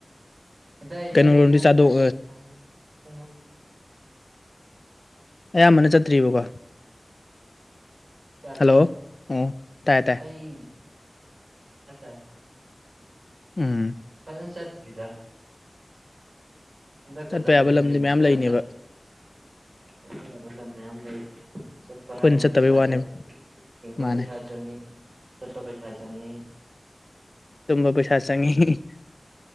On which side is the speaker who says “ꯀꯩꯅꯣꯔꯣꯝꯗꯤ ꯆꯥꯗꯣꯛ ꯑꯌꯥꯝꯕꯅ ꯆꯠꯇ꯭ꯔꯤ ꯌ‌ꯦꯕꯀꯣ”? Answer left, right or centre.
Left